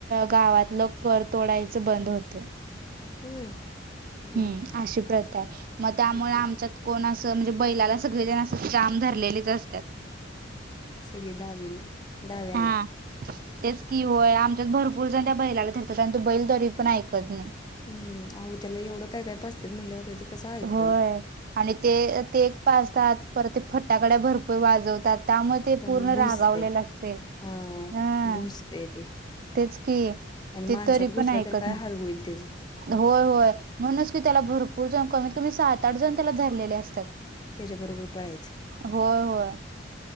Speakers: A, on the right; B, on the left.
A: गावातलं घर तोडायच बंद होत.
B: होय. अगं
A: हम्म! अशी प्रथा आहे मग
B: बाई
A: त्यामुळे आमच्यात. कोण असं म्हणजे बैलाला सगळेजण अस काम धरलेलेच असतात.
B: सगळे डावी न डाव्यान.
A: हा तेच कि होय, आमच्यात भरपूर जण त्या बैलाला धरत्यात आणि तो बैल तरी पण ऐकत नाही.
B: हम्! अहो, त्याला एवढं काय काय पाजतात म्हटल्यावर तर ते, कसं ऐकल
A: होय. आणि ते ते एक पाजतात परत ते फट्टाकड्या भरपूर वाजवतात त्यामध्ये ते
B: त्यामुळे
A: पूर्ण
B: भुसतंय
A: रागावलेलं असते.
B: अ
A: हम!
B: भुसतंय ते
A: तेच कि
B: आणि माणसात
A: ते तरी
B: घुसला
A: पण ऐकत
B: तर काय
A: न!
B: हाल होईल त्याचं
A: होय होय म्हणूनच की त्याला भरपूर जण कमीत कमी सात आठ जण त्याला धरलेले असतात.
B: त्याच्याबरोबर पळायचं.
A: होय होय,